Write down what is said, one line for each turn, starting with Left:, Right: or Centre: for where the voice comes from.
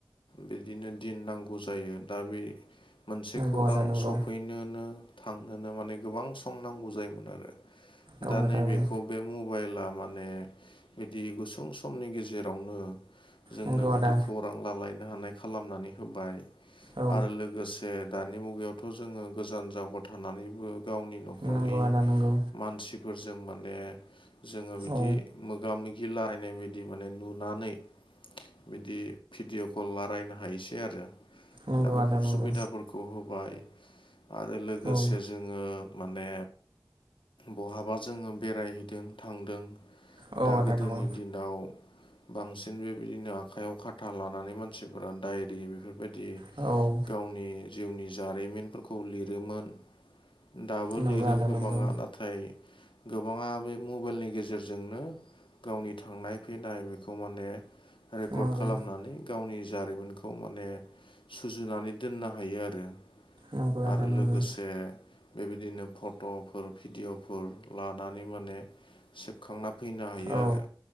Left: बिदिनो दिन नांगौ जायो दा बे मोनसे खौरां
Right: नंगौ आदा नंगौ
Left: सफैनोनो थांनोनो माने गोबां सम नांगौ जायोमोन आरो।
Right: औ
Left: दा
Right: आदा
Left: नैबेखौ
Right: औ
Left: बे मबाइला माने बिदि गुसुं समनि गेजेरावनो जोंनो
Right: नंगौ
Left: बिदि
Right: आदा
Left: खौरां लालायनो हानाय खालामनानै होबाय।
Right: औ
Left: आरो लोगोसे दानि मुगायावथ' जोङो गोजान जावगायाव थानानैबो गावनि न'खनि
Right: नंगौ आदा नंगौ
Left: मानसि फोरजों माने जोङो बिदि
Right: औ
Left: मोगा-मोगि लायनाय बायदि बिदि माने नुनानै बिदि भिडिअ' कल रायलायनो हायोसै आरो।
Right: नंगौ
Left: दा बेफोर
Right: आदा नंगौ
Left: सुबिदाफोरखौ होबाय आरो लोगोसे
Right: औ
Left: जोङो माने बहाबा जोङो बेरायहैदों थांदों
Right: औ
Left: दा
Right: आदा
Left: गोदोनि
Right: नंगौ
Left: दिनाव बांसिन बेबायदिनो आखायाव खाथा लानानै मानसिफोरा दायरि बेफोरबायदि
Right: औ
Left: गावनि जिउनि जारिमिनफोरखौ लिरोमोन। दाबो
Right: नंगौ
Left: लिरो
Right: आदा
Left: गोबाङा
Right: नंगौ
Left: नाथाय नाथाय गोबाङा बे मबाइलनि गेजेरजोंनो गावनि थांनाय फैनाय बेखौ माने रेकर्ड
Right: नंगौ
Left: खालामनानै गावनि जारिमिनखौ माने सुजुनानै दोननो हायो आरो।
Right: नंगौ आदा
Left: आरो
Right: नंगौ
Left: लोगोसे बेबायदिनो फट'फोर भिडिअ'फोर लानानै माने सेबखांना फैनो हायो
Right: औ
Left: आरो